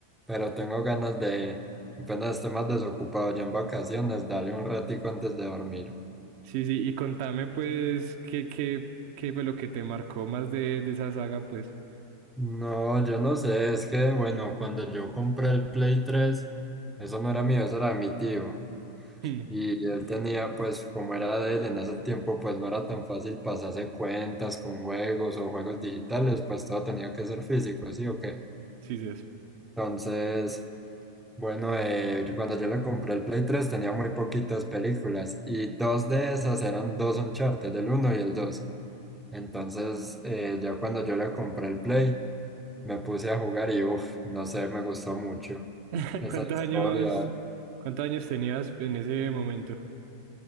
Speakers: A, in the centre; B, on the right.
A: pero tengo ganas de, apenas esté más desocupado ya en vacaciones, darle un ratico antes de dormir.
B: Sí, sí, y contame pues qué, qué, qué fue lo que te marcó más de, de esa saga, pues. <laughs>
A: No, yo no sé, es que bueno, cuando yo compré el Play tres, eso no era mío, eso era de mi tío.
B: Hmm,
A: Y él tenía, pues, como era de él, en ese tiempo, pues no era tan fácil pasarse cuentas con juegos o juegos digitales, pues todo tenía que ser físico, ¿sí o qué?
B: Sí, sí, es.
A: Entonces, bueno, eh, yo- cuando yo le compré el Play tres tenía muy poquitas películas y dos de esas eran dos Uncharted, el uno y el dos Entonces, eh, ya cuando yo le compré el Play, me puse a jugar y uff, no sé, me gustó mucho
B: <laughs>
A: esa
B: ¿Cuántos
A: historia.
B: años, cuántos años tenías en ese momento?